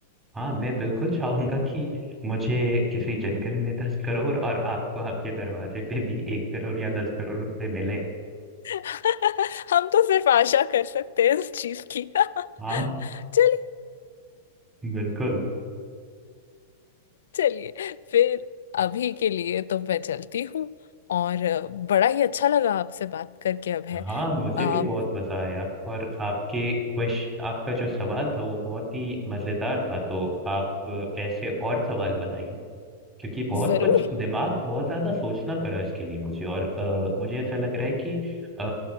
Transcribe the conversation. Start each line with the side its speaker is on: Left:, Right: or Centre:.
Right: हाँ मैं बिल्कुल चाहूंगा कि मुझे किसी जंगल में दस करोड़ और आपको आपके दरवाजे पे भी एक करोड़ या दस करोड़ रुपए मिले
Left: <laughs> हम तो सिर्फ आशा कर सकते हैं इस चीज की <laughs>
Right: हाँ
Left: चलिए,
Right: बिल्कुल
Left: चलिए फिर अभी के लिए तो मैं चलती हूँ और अ, बड़ा ही अच्छा लगा आपसे बात करके अब है
Right: हाँ मुझे
Left: आ,
Right: भी बहुत मजा आया और आपके क्वेश्चन आपका जो सवाल था वो बहुत ही मजेदार था तो आप ऐसे और सवाल बनाइए क्योंकि बहुत
Left: जरूर
Right: कुछ दिमाग बहुत ज्यादा सोचना पड़ा इसके लिए मुझे और अ, मुझे ऐसा लग रहा है कि अ,